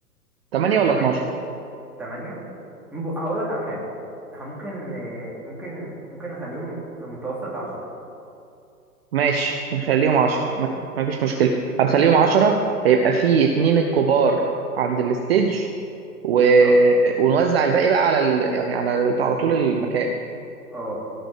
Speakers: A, on the right; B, in the centre.
A: 8 ولا
B: تمانية
A: 12
B: تمانية هقول لك على حاجة احنا ممكن آه، ممكن ممكن نخليهم في المتوسط عشرة
A: ماشي نخليهم عشرة
B: ماشي
A: ما ما فيش مشكلة هنخليهم عشرة هيبقى في اتنين الكبار عند الستيج و...
B: بالظبط
A: ونوزع الباقي بقى على ال... يعني على على طول المكان
B: اه